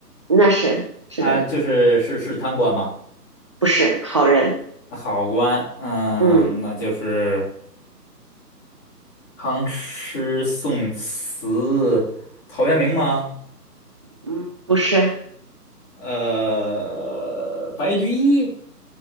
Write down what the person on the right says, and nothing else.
那是是的，
不是好人，
嗯
嗯，不是